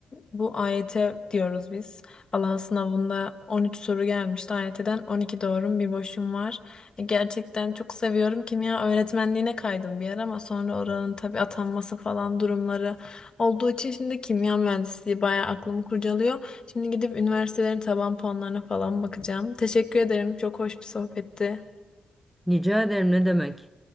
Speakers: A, on the left (about 40°); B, in the centre.
A: bu AYT diyoruz biz. Alan sınavında 13 soru gelmişti. AYT'den 12 doğrum bir boşum var. E, gerçekten çok seviyorum. Kimya öğretmenliğine kaydım bir yer ama sonra oranın tabii atanması falan durumları olduğu için şimdi kimya mühendisliği bayağı aklımı kurcalıyor. Şimdi gidip üniversitelerin taban puanlarına falan bakacağım. Teşekkür ederim. Çok hoş bir sohbetti.
B: Rica ederim ne demek.